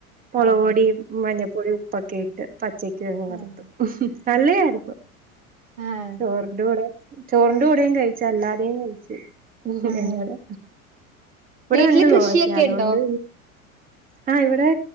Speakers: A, on the right; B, on the right.
A: മുളക്
B: ആഹ്
A: പൊടിയും മഞ്ഞപ്പൊടിയും ഉപ്പൊക്കെ ഇട്ട് പച്ചക്കങ്ങ് വറുത്തു
B: ആഹ്
A: നല്ലതായിരുന്നു
B: ആഹ്
A: ചോറിന്റെ കൂടെ ചോറിന്റെ കൂടെയും കഴിച്ചു അല്ലാതെയും കഴിച്ചു
B: ആഹ്
A: എങ്ങനെ ഇവിടെ
B: വീട്ടില്
A: ഉണ്ട്
B: കൃഷിയൊക്കെ
A: കോവയ്ക്ക അതുകൊണ്ട്
B: ഇണ്ടോ?
A: ആഹ് ഇവിടെ